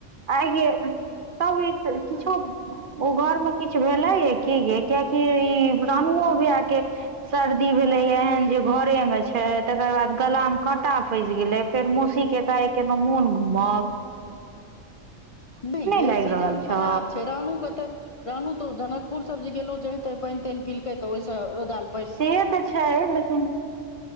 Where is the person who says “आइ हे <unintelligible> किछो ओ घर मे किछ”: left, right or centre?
Right